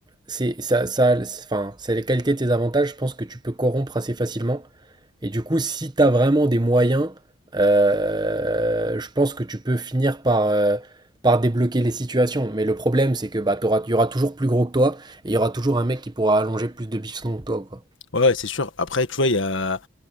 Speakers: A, on the right; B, on the left.
A: c'est ça, ça, c'est- enfin, c'est les qualités de tes avantages. Je pense que tu peux corrompre assez facilement. Et du coup, si tu as vraiment des moyens, euh, je pense que tu peux finir par, euh, par débloquer les situations. Mais le problème, c'est que bah, t'auras- il y aura toujours plus gros que toi, et il y aura toujours un mec qui pourra allonger plus de bifton que toi, quoi.
B: Ouais, ouais, c'est sûr. Après, tu vois, il y a...